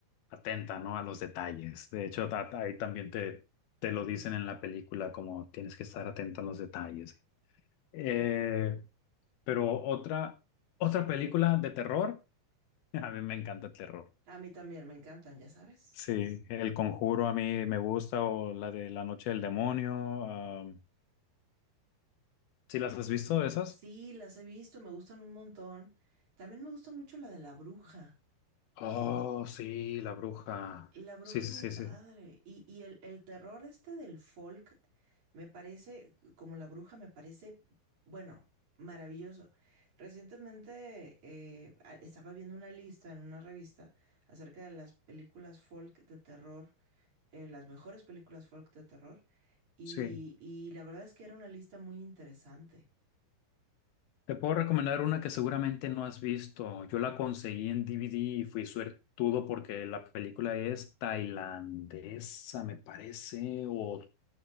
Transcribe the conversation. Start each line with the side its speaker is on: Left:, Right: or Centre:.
Left: atenta, ¿no? A los detalles. De hecho, ta- ta- ahí también te, te lo dicen en la película, como tienes que estar atenta a los detalles. Eh, pero otra, otra película de terror, <laughs> a mí me encanta el terror.
Right: A mí también me encantan, ya sabes.
Left: Sí, El Conjuro a mí me gusta, o la de La Noche del Demonio. si ¿sí las has visto esas?
Right: Sí, las he visto, me gustan un montón. También me gusta mucho la de la bruja.
Left: Oh, sí, La Bruja.
Right: La bruja
Left: Sí,
Right: es
Left: sí,
Right: muy
Left: sí,
Right: padre.
Left: sí.
Right: Y, y el, el terror este del folk me parece, como la bruja, me parece, bueno, maravilloso. Recientemente eh, a- estaba viendo una lista en una revista acerca de las películas folk de terror, eh, las mejores películas folk de terror. Y,
Left: Sí.
Right: y la verdad es que era una lista muy interesante.
Left: Te puedo recomendar una que seguramente no has visto. Yo la conseguí en DVD y fui suertudo porque la película es tailandesa, me parece, o